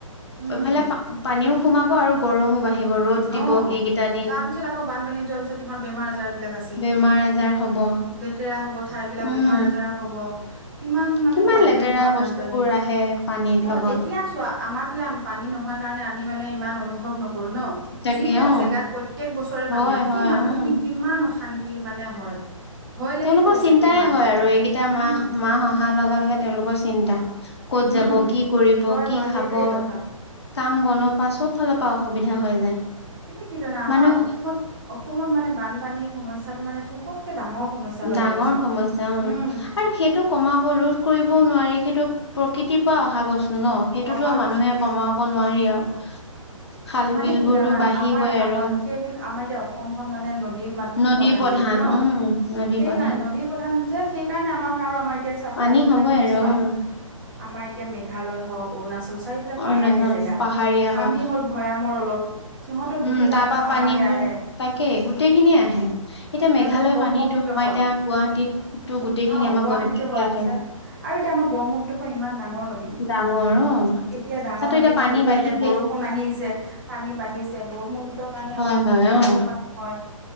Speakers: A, on the right; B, on the left.
A: উম
B: এইফালে পানীও সোমাব আৰু গৰমো বাঢ়িব, ৰ'দ দিব
A: অ
B: সেইকেইটা দিন।
A: তাৰ পিছত আকৌ বানপানী যোৱাৰ পিছত তোমাৰ বেমাৰ আজাৰ বিলাক আছে।
B: বেমাৰ আজাৰ হ'ব
A: লেতেৰা হব ঠাই বিলাক,
B: উম
A: বেমাৰ আজাৰ হ'ব। কিমান মানে
B: কিমান
A: প্ৰব্লেম
B: লেতেৰা
A: হয় বানপানী।
B: বস্তুবোৰ আহে পানীৰ
A: অ'
B: লগত
A: এতিয়া চোৱা আমাৰ ফালে আম পানী নহয় কাৰণে, আমি মানে ইমান অনুভৱ নকৰো ন?
B: তাকে
A: যিবিলাক
B: অ
A: জেগাত প্ৰত্যেক বছৰে
B: হয়
A: পানী আহে,
B: হয়
A: সেই মানুহখিনিক
B: উম
A: কিমান অশান্তি মানে হয়।
B: <inaudible>
A: ভয় লাগি
B: তেওঁলোকৰ
A: থাকে
B: চিন্তাই
A: চাগে এই মাহ
B: হয়
A: কেইটা
B: আৰু এইকেইটা মাহ,
A: উম,
B: মাহ অহা লগা লগে তেওঁলোকৰ চিন্তা। ক'ত
A: উম,
B: যাব, কি কৰিব,
A: হয়,
B: কি
A: হয়
B: খাব?
A: সেইটোয়ে কথা।
B: কাম বনৰ পৰা চব ফালৰ পৰা অসুবিধা হৈ যায়।
A: এতিয়া কি জানা, আমাৰ
B: মানুহ
A: অসমত অসমত মানে বানপানীৰ সমস্যাটো মানে চবত কে ডাঙৰ সমস্যা হৈ
B: ডাঙৰ
A: পৰিছে
B: সমস্যা
A: উম।
B: আৰু সেইটো কমাব ৰোধ কৰিবও নোৱাৰি সেইটো প্ৰকৃতিৰ পৰা অহা বস্তু। ন সেইটোতো
A: অহা
B: আৰু মানুহে
A: বস্তু
B: কমাব নোৱাৰি আৰু। খাল
A: মানে
B: বিল
A: কি
B: বোৰতো
A: জানা
B: বাঢ়িবই
A: আমাৰ আমাৰ
B: আৰু।
A: সেইবোৰ আমাৰ এতিয়া অসমখন মানে নদী মাত
B: নদী
A: প্ৰধান দেশ ন
B: উম নদী
A: সেইকাৰণে
B: প্ৰধান
A: নদী প্ৰধান যে সেইকাৰণে আমাৰ হয় আৰু আমাৰ এতিয়া
B: পানী
A: চাৰিওফালে
B: হ'বই
A: তুমি
B: আৰু
A: চোৱা।
B: উম
A: আমাৰ এতিয়া মেঘালয় হওক অৰুণাচল চাৰিওফালে
B: অৰুণাচল
A: পাহাৰীয়া জেগা।
B: পাহাৰীয়া হয়
A: আমি হ'ল ভৈয়ামৰ অলপ সিহঁতৰ
B: উম,
A: গোটেই
B: তাৰ
A: পানীটো
B: পৰা
A: আমাৰলে
B: পানীবোৰ
A: আহে।
B: তাকে গোটেইখিনিয়ে আহে। এতিয়া মেঘালয়ৰ
A: আৰু তাতে ব্ৰহ্মপুত্ৰখন
B: পানীটো আমাৰ এতিয়া গুৱাহাটীতটো গোটেইখিনি
A: অ
B: আমাৰ
A: গুৱাহাটীতো
B: গুৱাহাটীলৈ
A: হৈছে।
B: আহে।
A: আৰু এতিয়া আমাৰ ব্ৰহ্মপু্খন ইমান ডাঙৰ নৈ।
B: ডাঙৰ অ',
A: এতিয়া ডাঙৰ
B: তাতো
A: নদীখন
B: এতিয়া পানী
A: যেতিয়া
B: বাঢ়িলেই
A: এতিয়া বৰষুণ আহি যে পানী বাঢ়িছে ব্ৰহ্মপুত্ৰৰ কাৰণে
B: হয়,
A: আমাৰ
B: হয় অ',
A: বহুত মানে হয়